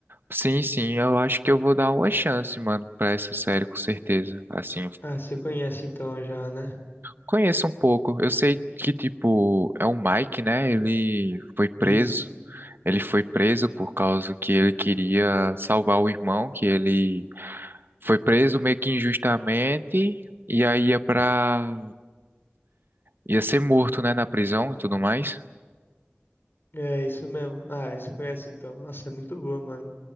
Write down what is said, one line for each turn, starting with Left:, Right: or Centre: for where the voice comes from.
Right: Sim, sim, eu acho que eu vou dar uma chance, mano, pra essa série, com certeza. Assim,
Left: Ah, você conhece então já, né?
Right: conheço um pouco. Eu sei que, tipo, é o Mike, né? Ele foi preso.
Left: Isso.
Right: Ele foi preso por causa que ele queria salvar o irmão, que ele foi preso meio que injustamente. E aí ia pra ia ser morto, né, na prisão e tudo mais.
Left: É, isso mesmo. Ah, você conhece então. Nossa, é muito boa, mano.